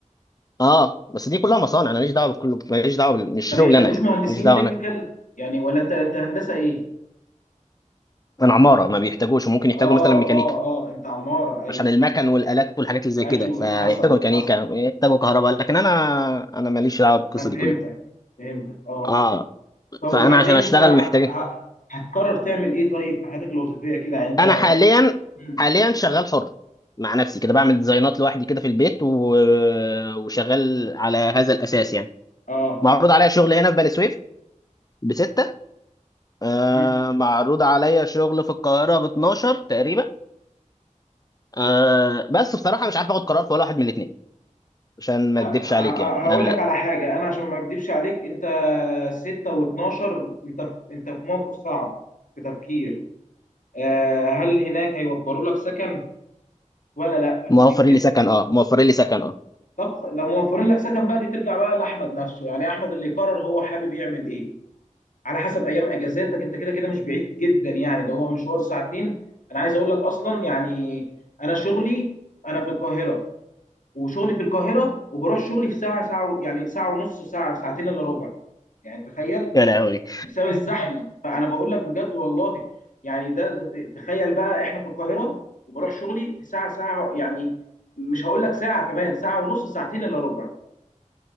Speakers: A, on the left (about 30°); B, on the left (about 80°).
A: اه بس دي كلها مصانع انا ماليش دعوه بكل ماليش دعوه بال- مش شغل
B: ما بيحتاجوش
A: انا يعني
B: مهندسين
A: ماليش دعوه
B: تكنيكال
A: انا
B: يعني ولا انت انت هندسة ايه؟
A: انا عماره ما بيحتاجوش وممكن يحتاجوا
B: اه
A: مثلا ميكانيكا
B: اه اه انت عمارة ايوه
A: عشان المكن والالات والحاجات اللي زي
B: ايوه
A: كده فيحتاجوا
B: حصل
A: ميكانيكا
B: حصل
A: يحتاجوا كهرباء لكن انا انا ماليش دعوه بالقصه
B: انا
A: دي
B: فهمتك
A: كلها
B: فهمتك اه
A: اه
B: طب وبعدين
A: فانا عشان اشتغل
B: انت ه-
A: محتاج
B: هتقرر تعمل ايه طيب في حياتك الوظيفية كده انت
A: انا حاليا
B: مم.
A: حاليا شغال حر مع نفسي كده بعمل ديزاينات لوحدي كده في البيت و... وشغال على هذا الاساس يعني
B: اه
A: معروض عليا شغل هنا في بني سويف بستة آه
B: مم.
A: معروض عليا شغل في القاهرة ب 12 تقريبا آه بس بصراحة مش عارف اخد قرار في ولا واحد من الاثنين عشان
B: لا
A: ما اكدبش
B: ه-
A: عليك يعني
B: هقول
A: يعني انا
B: لك على حاجة أنا عشان ما أكدبش عليك أنت ستة واتناشر أنت في أنت في موقف صعب في تفكير آه، هل هناك هيوفروا لك سكن ولا لا
A: موفرين
B: دي بتفرق
A: لي سكن اه موفرين لي سكن اه
B: طب لو موفرين لك سكن بقى دي ترجع بقى لأحمد نفسه يعني أحمد اللي يقرر هو حابب يعمل إيه على حسب أيام أجازاتك أنت كده كده مش بعيد جدا يعني ده هو مشوار ساعتين أنا عايز أقول لك أصلا يعني أنا شغلي أنا في القاهرة وشغلي في القاهره وبروح شغلي في ساعه ساعه و- يعني ساعه ونص ساعه ساعتين الا ربع يعني تخيل
A: يا لهوي
B: بسبب الزحمه فانا بقول لك بجد والله يعني ده, ده تخيل بقى احنا في القاهره وبروح شغلي في ساعه ساعه يعني مش هقول لك ساعه كمان ساعه ونص ساعتين الا ربع